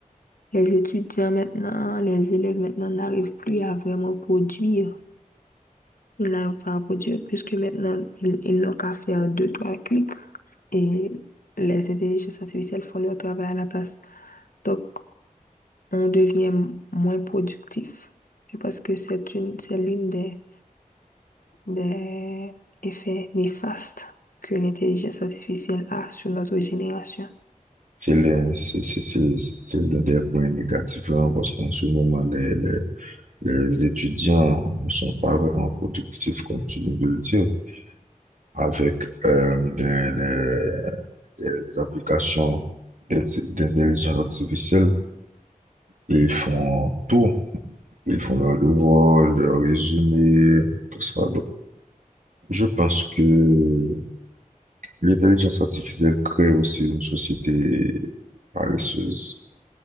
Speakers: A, on the left; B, on the right.
A: les étudiants maintenant, les élèves maintenant n'arrivent plus à vraiment produire. Ils n'arrivent pas à produire puisque maintenant, ils, ils n'ont qu'à faire deux, trois clics et les intelligences artificielles font leur travail à la place. Donc, on devient moins productif. Je pense que c'est une, c'est l'une des des effets néfastes que l'intelligence artificielle a sur notre génération.
B: C'est l'un c'est- c'est- c'est- c'est l'un des points négatifs hein, parce qu'en ce moment, les, les, les étudiants ne sont pas vraiment productifs, comme tu viens de le dire, avec euh, des, des- des applications d'inti- d'intelligence artificielle. Ils font tout. Ils font leurs devoirs, leurs résumés, tout ça. Je pense que l'intelligence artificielle crée aussi une société paresseuse.